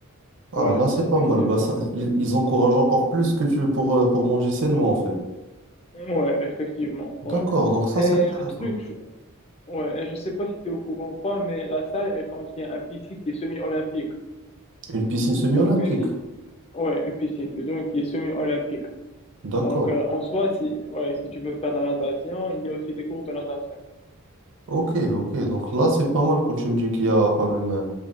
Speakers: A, on the right (about 55°); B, on the left (about 30°).
A: Ah
B: Ouais,
A: là, c'est
B: effectivement.
A: pas mal. Bah, ça, ils, ils encouragent encore plus que tu pour, euh, pour manger sainement en fait.
B: Ouais, effectivement, ouais.
A: D'accord, donc ça
B: Et
A: c'est intéressant.
B: le truc, je- ouais, et je sais pas si tu es au courant ou pas, mais la salle, elle contient un piscine qui est semi-olympique.
A: Une piscine semi-olympique.
B: Donc, même si, ouais, une piscine plutôt, qui est semi-olympique.
A: D'accord.
B: Donc, euh, en soi, si, ouais, si tu veux faire de la natation, il y a aussi des cours de natation.
A: Ok, ok. Donc là, c'est pas mal quand tu me dis qu'il y a quand même euh,